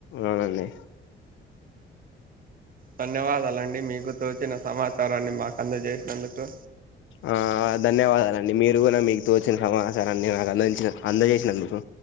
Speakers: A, on the left; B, on the right.
A: అవునండి.
B: ధన్యవాదాలండి. మీకు తోచిన సమాచారాన్ని మాకు అందజేసి అందుకు
A: ఆ ధన్యవాదాలండి మీరు కూడా మీకు తోచ్చిన సమాచారాన్ని నాకు అందించ అందజేసినందుకు